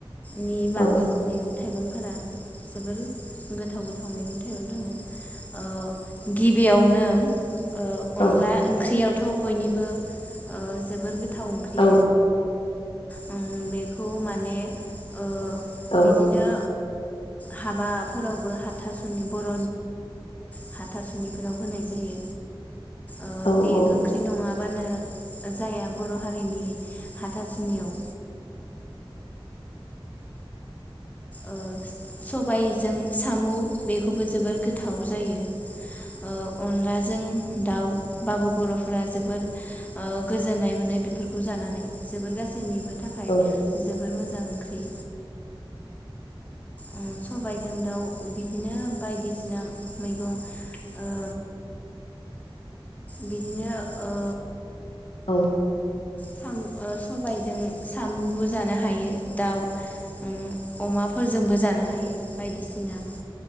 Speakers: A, on the left (about 15°); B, on the left (about 80°).
A: नि बागै
B: औ
A: मैगं थाइगंफोरा जोबोर गो <inaudible> ओ गिबियावनो ओ अनला
B: औ
A: ओंख्रिया थ' बयनिबो ओ जोबोर गोथाव ख्रि
B: औ
A: उम बेखौ माने ओ
B: औ
A: बिदिनो हाबाफोरावबो हाथासुनि बर' हाथासुनिफोराव होनाय जायो। ओ
B: औ
A: बे ओंख्रि नङा बानो जाया बर' हा सुनिनि हाथासुनियाव ओ सबाइजों सामु बेखौबो जोबोर गोथाव जायो ओ अनलाजों दाउबाबो बर'फोरा जोबोर ओ गोजोननाय मोनो बेफोरखौ जानानै जोबोर गासैनिबो थाखाय
B: औ
A: जोबोर मो जां ओंख्रि उम सबायजों दाउ बिदिनो बायदिसिना मैगं ओ बिदिनो ओ
B: औ
A: सामु ओ सबायजों सामुबो जानो हायो दाउ उम अमाफोरजोंबो जानो हायो बायदिसिना